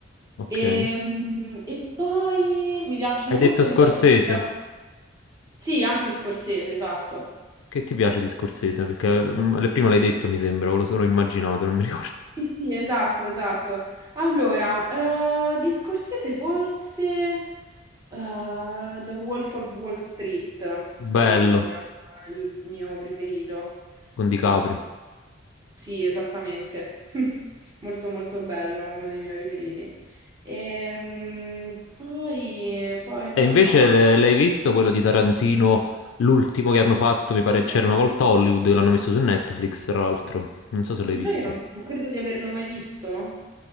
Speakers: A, on the left (about 80°); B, on the right (about 20°).
A: Ok.
B: E,
A: Hai
B: mm, e poi mi piacciono
A: detto
B: molto
A: Scorsese?
B: gli horror. Sì, anche Scorsese, esatto.
A: Che ti piace di Scorsese? Perché mm, le- prima l'hai detto, mi sembra, o lo- l'ho immaginato, non mi <laughs> ricordo.
B: Sì, sì, esatto, esatto. Allora, eh, di Scorsese forse... Uh, The Wolf of Wall Street, credo
A: Bello,
B: sia il mio preferito.
A: con
B: Sì,
A: DiCaprio.
B: sì, esattamente. <laughs> Molto molto bello, uno dei miei preferiti. Ehm, poi, poi, poi,
A: E invece
B: poi...
A: le- l'hai visto quello di Tarantino, l'ultimo che hanno fatto, mi pare, c'era una volta a Hollywood, l'hanno messo su Netflix, tra l'altro. Non so se l'hai
B: Sai
A: visto.
B: che non non credo di averlo mai visto?